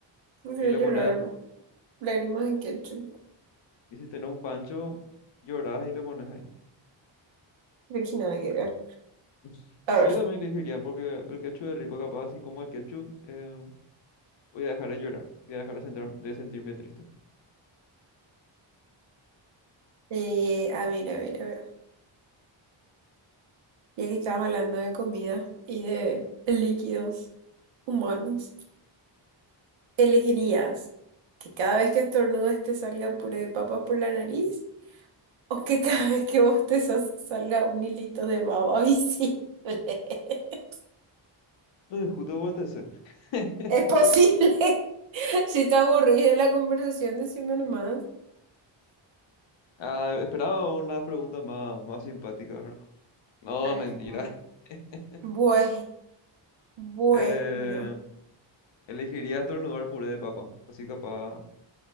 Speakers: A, on the right; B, on the left.
A: Prefiero
B: Y le
A: llorar
B: pones,
A: lágrimas en ketchup.
B: y si tenés un pancho, llorás y le pones ahí.
A: De que nada que ver.
B: <laughs> Sí,
A: A ver,
B: yo también elegiría porque el ketchup es rico, capaz, y como el ketchup, eh, voy a dejar de llorar, voy a dejar de, sentar- de sentirme triste.
A: eh, a ver, a ver, a ver. Ya que estabas hablando de comida y de líquidos humanos, ¿elegirías que cada vez que estornudes te salga puré de papas por la nariz o que cada vez que bostezas salga un hilito de baba visible? <laughs>
B: Eh, justo votese. <laughs>
A: Es posible. <laughs> Si te aburrís de la conversación, decime nomás.
B: Ah, esperaba una pregunta más, más simpática, ¿verdad? No,
A: Ay,
B: mentira.
A: bueno.
B: <laughs>
A: Bueno, bueno.
B: Eh, elegiría estornudar puré de papa. Así capaz